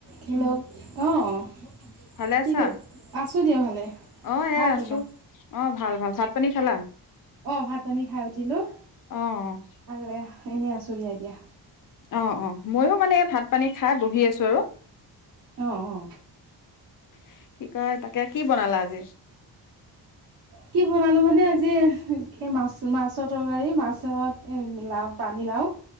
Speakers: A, on the right; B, on the left.
A: Hello, অ'। কি
B: ভালে আছা
A: কৰি? আছো দিয়া ভালে।
B: অ এয়া
A: ভাল
B: আছো
A: তোমাৰ?
B: অ ভাল ভাল পানী খালা?
A: অ', ভাত পানী খাই উঠিলো
B: অ অ
A: আৰু এ এনেই আছো দিয়া এতিয়া।
B: অ', অ', ময়ো মানে ভাত পানী খাই বহি আছো আৰু
A: আহ অ'।
B: <inaudible> কি কয় তাকে কি বনালা আজি
A: কি বনালো মানে আজি এ মাছ মাছৰ তৰকাৰী মাছত এ মিলা পানী লাও